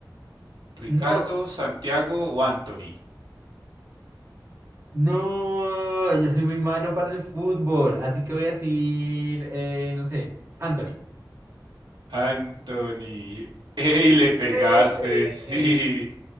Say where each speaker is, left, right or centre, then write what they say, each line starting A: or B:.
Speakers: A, on the right; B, on the right.
A: Ricardo,
B: No,
A: Santiago o Anthony.
B: no, yo soy muy malo para el fútbol, así que voy a decir, eh, no sé, Anthony.
A: Anthony. ¡Ey, le pegaste!
B: ¡Eh!
A: <laughs> Sí,